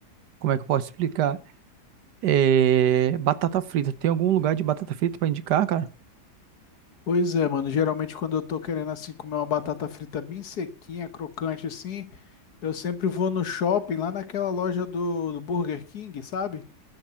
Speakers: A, on the right (about 80°); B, on the left (about 70°).
A: como é que eu posso explicar? É, batata frita. Tem algum lugar de batata frita pra indicar, cara?
B: pois é, mano. Geralmente, quando eu tô querendo, assim, comer uma batata frita bem sequinha, crocante, assim, eu sempre vou no shopping, lá naquela loja do, do Burger King, sabe?